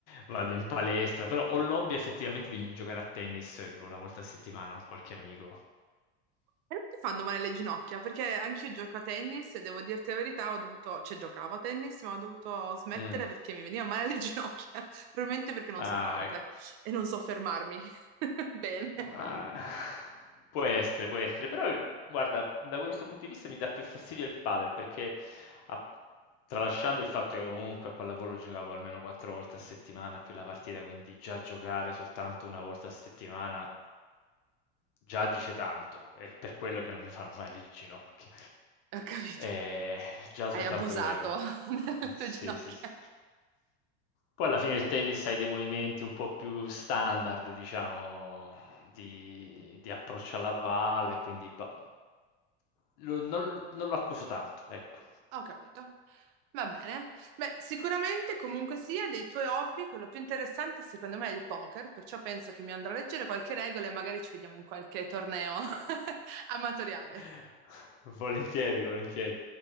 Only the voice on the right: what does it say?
E non ti fanno male le ginocchia, perché anch'io gioco a tennis e devo dirti la verità, ho dovuto, cioè giocavo a tennis, ma ho dovuto smettere
perché mi veniva male le ginocchia, <laughs> probabilmente perché non
so Ah, correre
e non so fermarmi. <laughs> Bene,
ho capito.
Hai abusato
<laughs> delle
tue ginocchia.
Ho capito. Va bene. Beh, sicuramente comunque sia dei tuoi hobby, quello più interessante secondo me è il poker, perciò penso che mi andrò a leggere qualche regola e magari ci vediamo in qualche torneo <laughs> amatoriale.